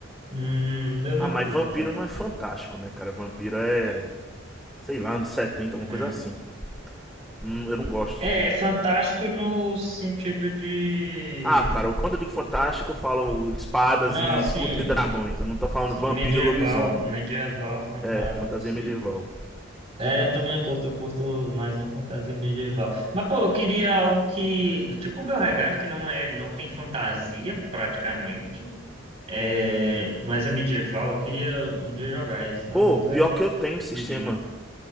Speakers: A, on the right; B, in the centre.
A: Hum, eu não
B: Ah, mas
A: curto
B: vampiro
A: tanto.
B: não é fantástico, né, cara? Vampiro é, sei lá, anos setenta
A: Uhum.
B: alguma coisa assim. Não- Eu não gosto
A: É
B: de
A: fantástico no sentido de.
B: Ah, cara, quando eu digo fantástico, eu falo espadas
A: Não,
B: e
A: assim,
B: escudos e dragões. Eu não tô falando
A: sim,
B: vampiro
A: medieval,
B: e lobisomem.
A: medieval fantasma,
B: É, fantasia
A: isso
B: medieval.
A: aí. É, eu também não curto, eu curto mais uma fantasia medieval. Mas, pô, eu queria algo que. Tipo o Beauregard, que não é, não tem fantasia, praticamente. É, mas é medieval. Eu queria um dia jogar isso, mas
B: Pô,
A: nunca
B: pior que eu tenho um sistema.
A: liguei.